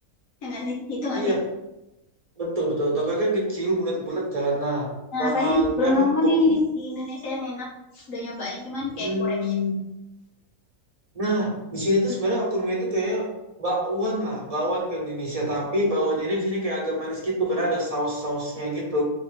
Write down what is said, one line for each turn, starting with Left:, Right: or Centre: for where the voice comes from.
Left: Ya nggak sih? Itu
Right: Iya,
Left: nggak sih?
Right: betul betul. Tokonya kan kecil, bulat-bulat kan. Nah,
Left: Nah,
Right: sama
Left: paling belum
Right: eh, apa?
Left: nemu
Right: Oko.
Left: sih di, di Indonesia yang enak. Udah nyobain, cuman
Right: Hmm.
Left: kayak kurangnya
Right: Nah, di sini tuh sebenarnya okonomiyaki itu kayak bakwan lah, bakwan ke Indonesia. Tapi bakwannya ini di sini kayak agak manis gitu karena ada saus-sausnya gitu.